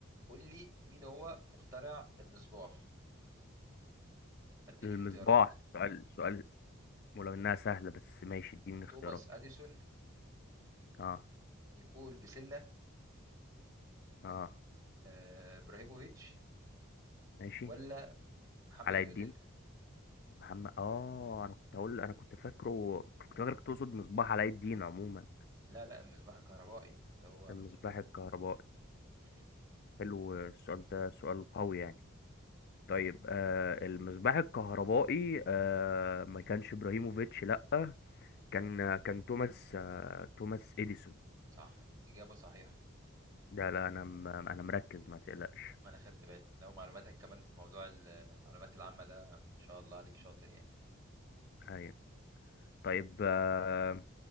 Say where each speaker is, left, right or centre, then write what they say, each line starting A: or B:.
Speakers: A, on the right; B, on the left.
A: قول لي مين هو مخترع المصباح هديك
B: المصباح
A: اختيارات
B: سؤال سؤال
A: اه
B: ولو انها سهلة بس ماشي اديني اختيارات
A: توماس اديسون
B: اه
A: نيكول بسلة
B: اه
A: آه، ابراهيموفيتش
B: ماشي
A: ولا محمد
B: علاء
A: نيوتن
B: الدين محمد اه انا كنت هقول انا كنت فاكره كنت فاكرك تقصد مصباح علاء الدين عموما
A: لا لا المصباح الكهربائي اللي هو
B: المصباح
A: ابن-
B: الكهربائي
A: مم،
B: حلو السؤال ده سؤال قوي يعني طيب آه المصباح الكهربائي آه ما كانش ابراهيموفيتش لا كان كان توماس آه توماس اديسون
A: صح إجابة صحيحة
B: ده لا انا م- انا مركز ما تقلقش
A: ما انا خدت بالي لو معلوماتك كمان في موضوع ال- المعلومات العامة ده ما شاء الله عليك شاطر يعني
B: ايوه طيب آه